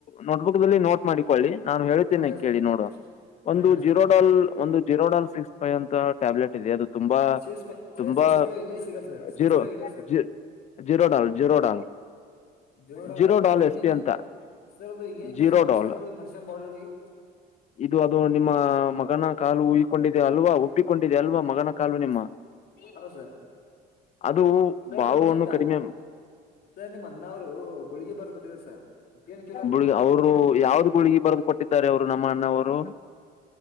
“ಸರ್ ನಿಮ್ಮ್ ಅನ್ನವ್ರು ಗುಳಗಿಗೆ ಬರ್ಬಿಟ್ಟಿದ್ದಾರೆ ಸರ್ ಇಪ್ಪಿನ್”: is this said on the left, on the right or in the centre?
Left